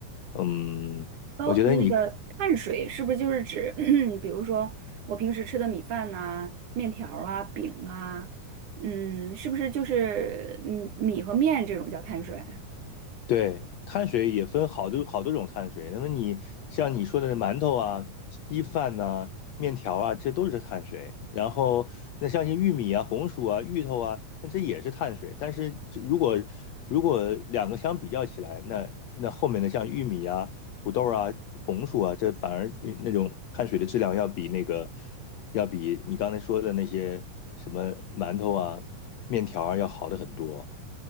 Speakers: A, on the left; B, on the right.
A: 嗯，
B: 高嗯那个碳水是不是就是指，
A: 我觉得你
B: <clears throat> 比如说我平时吃的米饭呐、面条儿啊、饼啊，嗯，是不是就是嗯米和面这种叫碳水？
A: 对，碳水也分好多好多种碳水。那么你像你说的馒头啊、稀饭呐、面条啊，这都是碳水。然后那像些玉米啊、红薯啊、芋头啊，那这也是碳水。但是这如果如果两个相比较起来，那那后面的像玉米啊、土豆啊、红薯啊，这反而嗯那种碳水的质量要比那个要比你刚才说的那些什么馒头啊、面条啊要好的很多。